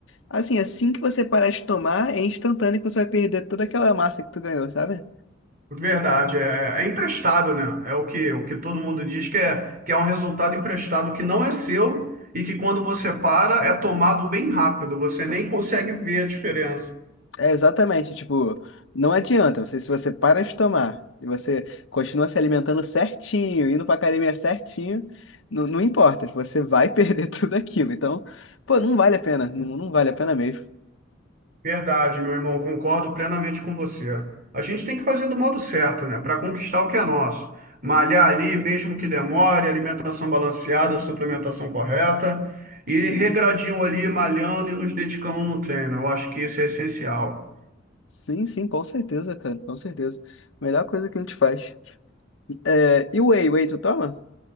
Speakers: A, on the left; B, on the right.
A: assim, assim que você parar de tomar, é instantâneo que você vai perder toda aquela massa que tu ganhou, sabe?
B: Verdade, é, é emprestado, né? É o que, o que todo mundo diz que é, que é um resultado emprestado que não é seu e que quando você para é tomado bem rápido, você nem consegue ver a diferença.
A: É exatamente, tipo, não adianta, você, se você para de tomar e você continua se alimentando certinho, indo pra academia certinho, não, não importa, tipo, você vai <laughs> perder tudo aquilo. Então, pô, não vale a pena, não, não vale a pena mesmo.
B: Verdade, meu irmão, concordo plenamente com você. A gente tem que fazer do modo certo, né? Para conquistar o que é nosso. Malhar ali, mesmo que demore, alimentação balanceada, suplementação correta e
A: Sim,
B: regradinho ali, malhando e nos dedicando no treino. Eu acho que isso é essencial.
A: sim, sim, com certeza, cara, com certeza. Melhor coisa que a gente faz. É, e o whey, whey tu toma?